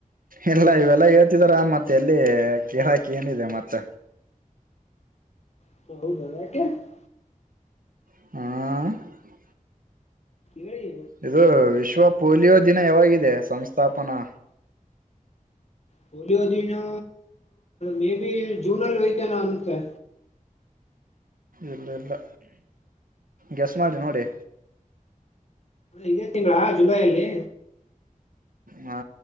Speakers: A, on the right; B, on the left.
A: ಇಲ್ಲ ಇವೆಲ್ಲ ಹೇಳ್ತಿದಾರಾ ಮತ್ತೆ ಎಲ್ಲಿ ಕಿಳಾಕ ಏನಿದೆ ಮತ್
B: <unintelligible>
A: ಹಾ
B: ಹೇಳಿ
A: ಇದು ವಿಶ್ವ ಪೋಲಿಯೋ ದಿನ ಯಾವಾಗಿದೆ ವಿಶ್ವ ಸಂಸ್ಥಾಪನಾ
B: ಪೋಲಿಯೋ ದಿನಾ ಮೇಬಿ ಜೂನ್ ಅಲ್ಲಿ ಐಯತೆನೆ ಅನ್ಂತೆೆ
A: ಇಲ್ಲಾ ಇಲ್ಲಾ ಗೆಸ್ ಮಾಡಿ ನೋಡಿ
B: ಇದೇ ತಿಂಗಳಾ ಜುಲೈ ಅಲ್ಲಿ
A: ಹಾ